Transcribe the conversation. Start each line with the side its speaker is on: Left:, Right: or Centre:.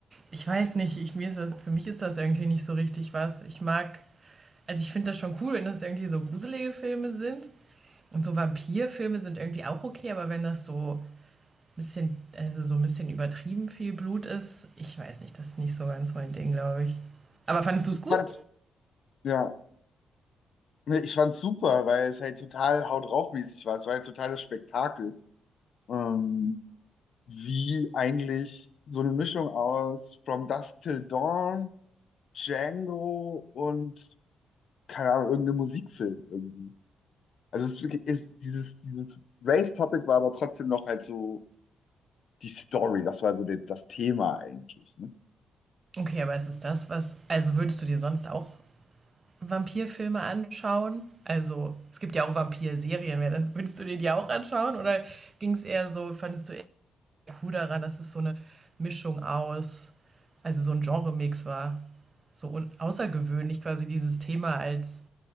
Right: ich weiß nicht, ich, mir ist das, für mich ist das irgendwie nicht so richtig was. Ich mag, also ich finde das schon cool, wenn das irgendwie so gruselige Filme sind. Und so Vampirfilme sind irgendwie auch okay, aber wenn das so ein bisschen, also so ein bisschen übertrieben viel Blut ist, ich weiß nicht, das ist nicht so ganz mein Ding, glaube ich. Aber fandest du
Left: Ich
Right: es gut?
Left: fand's, ja, nee, ich fand's super, weil es halt total haut draufmäßig war. Es war halt total das Spektakel. Ähm, wie eigentlich so eine Mischung aus From Dusk Till Dawn Django und, keine Ahnung, irgendein Musikfilm irgendwie. Also es ist wirklich, ist dieses, dieses Race-Topic war aber trotzdem noch halt so die Story, das war so de- das Thema eigentlich, ne?
Right: Okay, aber ist es das, was, also würdest du dir sonst auch Vampirfilme anschauen? Also, es gibt ja auch Vampirserien. Wär das- Würdest du dir die auch anschauen? Oder ging es eher so, fandest du eher cool daran, dass es so eine Mischung aus, also so ein Genre-Mix war? So un- außergewöhnlich quasi dieses Thema als,